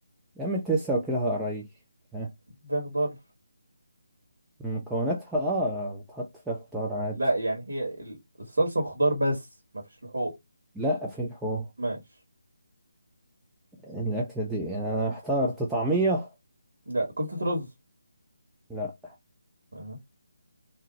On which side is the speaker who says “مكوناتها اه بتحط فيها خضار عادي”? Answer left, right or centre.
Centre